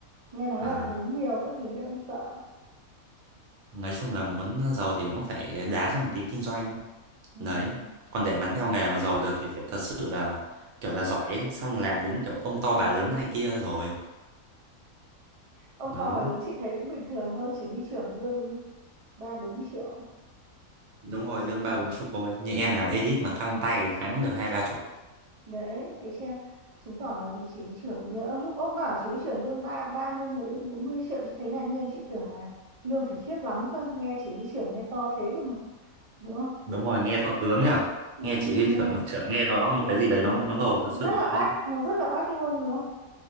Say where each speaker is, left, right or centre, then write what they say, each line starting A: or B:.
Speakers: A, on the right (about 50°); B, on the right (about 75°).
A: nghe nói
B: à,
A: là vốn nhiều các thứ nên ông sợ
B: nói chung là muốn giàu thì cũng phải đá ra một tí kinh doanh.
A: ừ.
B: Đấy. Còn để mà
A: Ừ.
B: theo nghề mà giàu được thì phải thật sự là kiểu là giỏi ấy. Xong làm đến kiểu ông to bà lớn này kia rồi.
A: ông
B: Đó.
A: to bà lớn chị thấy cũng bình thường thôi chỉ huy trưởng lương ba bốn mươi triệu
B: Đúng rồi, lương ba bốn chục thôi. Như em làm edit mà căng tay tháng cũng được hai ba chục.
A: đấy thấy chưa chứng tỏ là chị cái trưởng nhớ lúc ông bảo chỉ cái trưởng lương ba ba mươi mấy bốn mươi triệu chị thấy ngạc nhiên chị tưởng là lương phải khiếp lắm cơ nghe chỉ cái trưởng nghe to thế cơ mà đúng không
B: Đúng rồi, nghe to tướng nhở.
A: ừ,
B: Nghe
A: ừ,
B: chỉ huy
A: nghe
B: thưởng trưởng nghe nó một
A: nghe
B: cái gì đấy
A: ừ.
B: nó nó ngầu thật
A: rất
B: sự
A: là
B: đấy.
A: oách nó rất là oách luôn đúng không